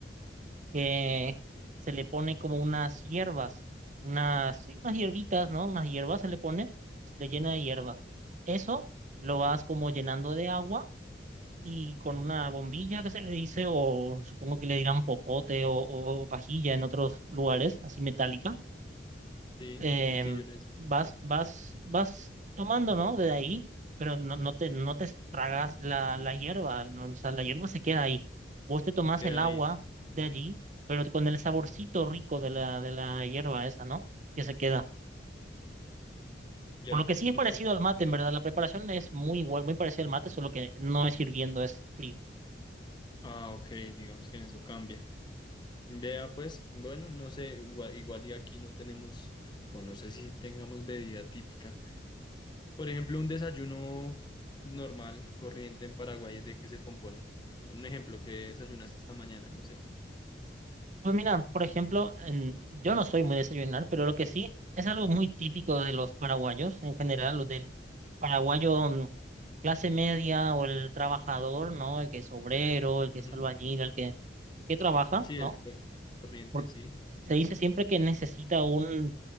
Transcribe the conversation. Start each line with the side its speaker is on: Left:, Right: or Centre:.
Right: que se le pone como unas hierbas, unas, sí, unas hierbitas, ¿no? Unas hierbas se le pone, se le llena de hierba. Eso lo vas como llenando de agua y con una bombilla que se le dice, o supongo que le dirán popote o, o pajilla en otros lugares, así metálica,
Left: sí,
Right: em,
Left: pitillo les
Right: vas, vas, vas tomando, ¿no? De ahí, pero no, no te, no te tragas la, la hierba, ¿no? O sea, la hierba se queda ahí. Vos te tomás
Left: se queda
Right: el agua
Left: ahí, sí.
Right: de allí, pero con el saborcito rico de la, de la hierba esa, ¿no? Que se queda.
Left: Ya,
Right: Por lo que sí
Left: súper.
Right: es parecido al mate, en verdad. La preparación es muy igual, muy parecida al mate, solo que no es hirviendo, es frío.
Left: Ah, ok, digamos que en eso cambia. Vea pues, bueno, no sé, igual, igual y aquí no tenemos, o no sé si tengamos bebida típica. Por ejemplo, un desayuno normal, corriente en Paraguay, ¿de qué se compone? Un ejemplo, que desayunaste esta mañana? No sé.
Right: Pues mira, por ejemplo, en- yo no soy muy de desayunar, pero lo que sí es algo muy típico de los paraguayos en general, los del paraguayo mm, clase media o el trabajador, ¿no? El que es obrero, el que
Left: Ujú.
Right: es albañil, el que, que trabaja,
Left: Sí,
Right: ¿no?
Left: el co- corriente,
Right: Porque
Left: sí.
Right: se dice siempre que necesita un